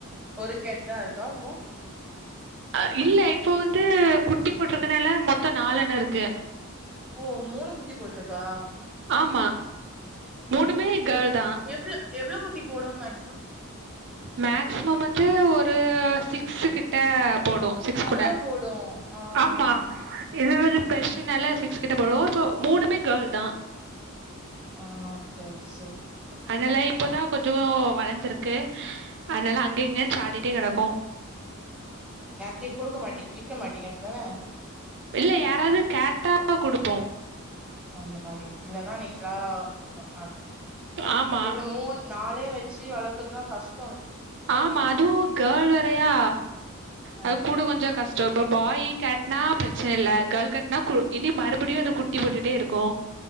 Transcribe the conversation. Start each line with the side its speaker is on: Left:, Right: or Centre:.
Centre: ஒரு கேட் தா இருக்கா போ
Right: அஹ் இல்ல இப்போ வந்து குட்டி போட்ருக்கனால மொத்தம் நாலன இருக்கு
Centre: ஓ மூணு குட்டி போட்ருக்கா
Right: ஆமா மூணுமே
Centre: ஓகே ஓகே
Right: கேள் தா
Centre: எவ்ளோ எவ்ளோ குட்டி போடும் மேக்ஸிமம்
Right: மேக்ஸிமம் வந்து ஒரு உ சிக்ஸு கிட்ட போடும் சிக்ஸ்குள்ள
Centre: அவ்ளோ போடு ஆஹ்
Right: ஆமா இது ஒரு பெர்ஸ்னால சிக்ஸ் கிட்ட போடும் இப்போ மூணுமே கேர்ள் தா
Centre: ஆஹ் சர் சர்
Right: அதலா இப்பதான் கொஞ்சொ வளர்ந்திருக்கு உஹ் அதனால அங்க இங்கன்னு சாடிட்டே கிடக்கும்
Centre: யாட்டையு குடுக்க மாட்டீங்க விக்க மாட்டீங்க அப்டிதானே
Right: இல்ல யாராவது கேட்டா குடுப்போ
Centre: அந்த மாரி இல்லன்னா நீங்களா ஹன்
Right: ஆமா
Centre: இத மூண் நாளே வச்சு வளர்க்குறதுலா கஷ்
Right: ஆமா அதுவும் கேள் வேரயா
Centre: ஆமா
Right: அது கூட கொஞ்சோ கஷ்டம் இப்ப பாய் கேட் நா பிரச்சன இல்ல கேள் கெட்னா கு இனி மறுபுடியு அது குட்டி போட்டுட்டே இருக்கு